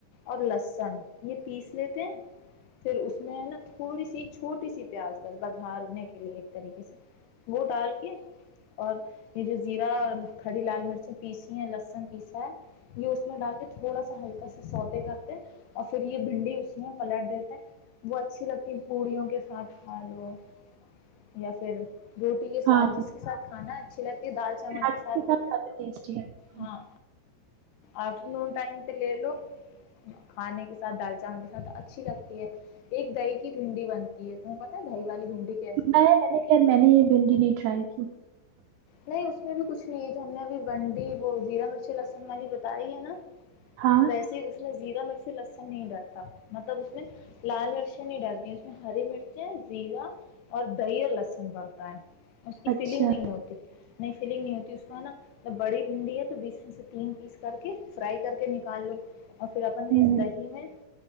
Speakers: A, on the left; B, on the right.
A: اور لہسن یہ پیس لیتے ہیں پھر اس میں ہے نا تھوڑی سی چھوٹی سی پیاز دس بگھارنے کے <unintelligible> کے لیے ایک طریقے سے وہ ڈال کے اور یہ جو زیرہ اور کھڑی لال مرچیں پیسی ہیں لہسن پیسا ہے یہ اس میں ڈال کے تھوڑا سا ہلکا سا سوتے کرتے ہیں اور پھر یہ بھنڈی اس میں پلٹ دیتے ہیں وہ اچھی لگتی ہے پوڑیوں کے ساتھ ہ لو <unintelligible> یا پھر <unintelligible> روٹی کے ساتھ
B: ہاں
A: جس کے ساتھ کھانا اچھی لگتی ہے دال چاول
B: پراٹھے
A: کے ساتھ بھی
B: زیادہ ٹیسٹی لگتی ہوں
A: ہاں آفٹر نون ٹائم پہ لے لو کھانے کے ساتھ دال چاول کے ساتھ اچھی لگتی ہے ایک دہی کی بھنڈی بنتی <unintelligible> ج تم پتہ ڈھائی و والی دمڈیک کے <unintelligible>
B: نہ میں نے خیر میں نے یہ بھنڈی نہیں ٹرائی کی <unintelligible>
A: نہیں اس میں بھی کچھ نہیں ہے جو ہم نے ابھی بنڈی وہ زیرا مرچی لسن والی بتائی ہے نا
B: ہاں
A: ویسے ہی اس میں <unintelligible> زیرا مرچی لہسن نہیں ڈلتا مطلب اس میں لال مرچیں نہیں ڈالتی اس میں ہری مرچیں زیرا اور دہی اور لہسن پڑتا ہے <unintelligible> اس کی
B: اچھا
A: فیلنگ نہیں ہوتی <unintelligible> نہیںئی فیلنگ نہیں ہوتی اس کو ہے نا بڑی بھنڈی ہے تو بیس م سے تین پیس کر کے فرائی کر کے نکال لو اور پھر اپن
B: ہوں
A: اس دہی میں